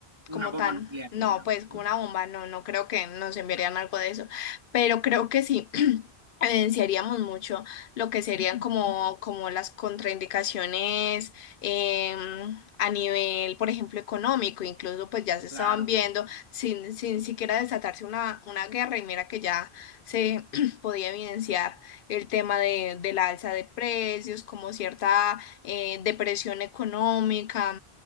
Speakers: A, on the right (about 25°); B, on the left (about 60°).
A: Una
B: como
A: bomba
B: tan,
A: nuclear,
B: no,
A: digamos,
B: pues
A: ¿no?
B: como una bomba, no, no creo que nos enviarían algo de eso, pero creo que sí. <clears throat> evidenciaríamos mucho lo que serían como, como las contraindicaciones em, a nivel, por ejemplo, económico, incluso pues ya se estaban
A: Claro,
B: viendo sin, sin siquiera desatarse una, una guerra y mira que ya se, pues, podía evidenciar el tema de, de la alza de precios, como cierta eh, depresión económica.